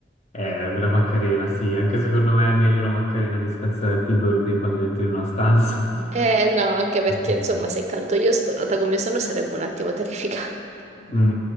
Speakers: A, on the left; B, on the right.
A: Eh, la Macarena, sì, anche secondo me è meglio la Macarena rispetto a Happy Birthday quando entri in una stanza. <laughs>
B: Eh no, anche perché
A: Mm.
B: insomma se canto io stonata come sono sarebbe un attimo terrificante.
A: Mm.